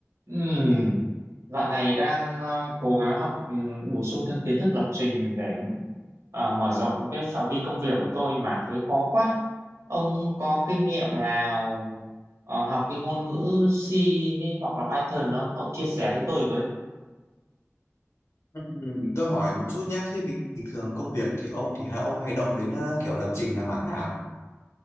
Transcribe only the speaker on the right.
Ừm, dạo này đang ờ, cố gắng học ừm, bổ sung thêm kiến thức lập trình để ờ, mở rộng cái phạm vi công việc của tôi mà thấy khó quá. Ông có kinh nghiệm nào ờ, học cái ngôn ngữ C mới hoặc là Python không? Ông chia sẻ cho tôi với.